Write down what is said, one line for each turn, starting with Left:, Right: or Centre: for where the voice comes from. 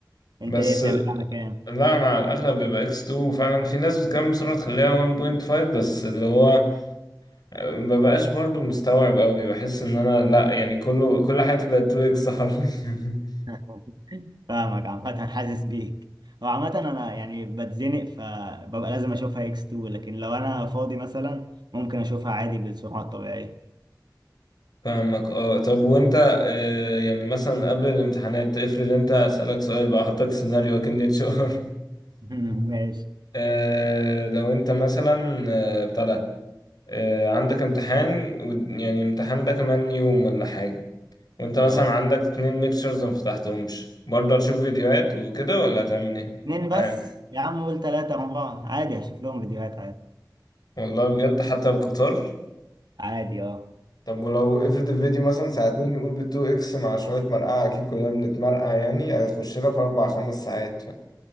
Right: انت
Left: بس
Right: ايه بتعملها على كام
Left: لا أنا على الأغلب بيبقى إكس 2 وفعلا في ناس بتتكلم بسرعة تخليها 1.5 بس اللي هو مببقاش برضه مستوعب أوي بحس إن أنا لأ يعني كله كل حياتي بقت 2 إكس حرفيا <laughs>
Right: <laughs> فاهمك عامة حاسس بيك هو عامة أنا يعني بتزنق فببقى لازم أشوفها إكس 2 لكن لو أنا فاضي مثلا ممكن أشوفها عادي بالسرعة الطبيعية
Left: فاهمك اه طب وانت آه، يعني مثلا قبل الامتحانات افرض انت اسألك سؤال بقى احطك سيناريو اكن اتش ار
Right: <laughs> ماشي
Left: <laughs> آه، لو انت مثلا آه، بتاع ده آه، عندك امتحان و- يعني امتحان ده كمان يوم ولا حاجة وانت مثلا
Right: اه
Left: عندك اتنين ليكتشرز ما فتحتهمش برضه هتشوف فيديوهات وكده ولا هتعمل ايه
Right: اتنين بس
Left: معاك
Right: يا عم قول تلاتة أربعة عادي هشوف لهم فيديوهات عادي
Left: والله بجد حتى القطار
Right: عادي أه
Left: طب ولو افرض الفيديو مثلا ساعتين نقول بالتو اكس مع شوية مرقعة أكيد كلنا بنتمرقع يعني هتخش لها في أربع خمس ساعات